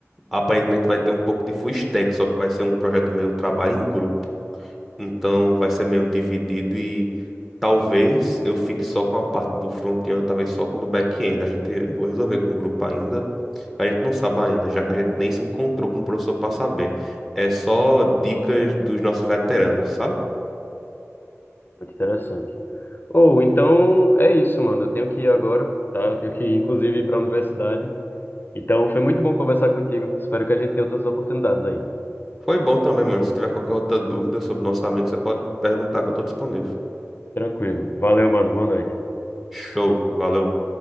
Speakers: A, in the centre; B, on the left.
A: aparentemente vai ter um pouco de full stack, só que vai ser um projeto meio trabalho em grupo. Então vai ser meio dividido e talvez eu fique só com a parte do front-end, ou talvez só com o do back-end. A gente, eu vou resolver com o grupo ainda. A gente não sabe ainda, já que a gente nem se encontrou com o professor para saber. É só dicas dos nossos veteranos, sabe?
B: Muito interessante. Ou, então, é isso, mano. Eu tenho que ir agora, tá? Eu tenho que, inclusive, ir inclusive, para a universidade. Então, foi muito bom conversar contigo. Espero que a gente tenha outras oportunidades aí.
A: Foi bom também, mano. Se tiver qualquer outra dúvida sobre nosso amigo, você pode perguntar que eu estou disponível.
B: Tranquilo. Valeu, mano. Boa noite.
A: Show, valeu.